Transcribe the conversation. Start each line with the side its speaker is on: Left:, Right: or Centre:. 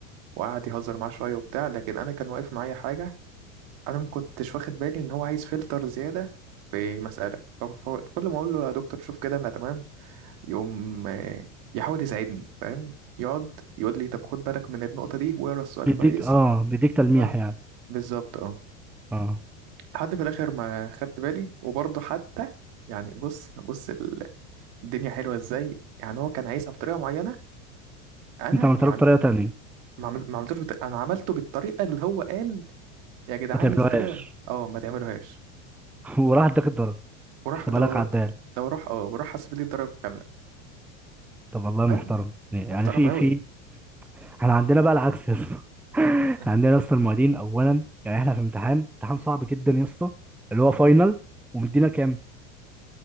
Right: وقعد يهزر معاه شوية وبتاع لكن أنا كان واقف معايا حاجة أنا ما كنتش واخد بالي إن هو عايز فلتر زيادة في مسألة فكل ما أقول له يا دكتور شوف كده أنا تمام يقوم آه، يحاول يساعدني فاهم يقعد يقول لي طب خد بالك من النقطة دي واقرا السؤال
Centre: بيديك
Right: كويس
Centre: اه بيديك تلميح
Right: اه
Centre: يعني
Right: بالظبط اه
Centre: اه
Right: لحد في الاخر ما خدت بالي وبرضه حتى يعني بص بص ال- الدنيا حلوه ازاي يعني هو كان عايزها بطريقه معينه انا
Centre: انت عملت
Right: يعني
Centre: له بطريقة تانية
Right: ما عمل- ما عملتوش بت... انا عملته بالطريقه اللي هو قال يا جدعان
Centre: ما تعملوهاش
Right: الطريقه اه ما تعملوهاش
Centre: <laughs> وراح اداك الضرب
Right: وراح
Centre: حسبها
Right: ده
Centre: لك عدال
Right: ده وراح اه وراح حسب لي الدرجه كامله
Centre: طب والله
Right: فعلا
Centre: محترم يعني
Right: محترم
Centre: في
Right: قوي
Centre: في احنا عندنا بقى العكس يا اسطى <laughs>
Right: <laughs>
Centre: احنا عندنا يا اسطى المعيدين اولا يعني احنا في امتحان امتحان صعب جدا يا اسطى اللي هو فاينل ومدينا كام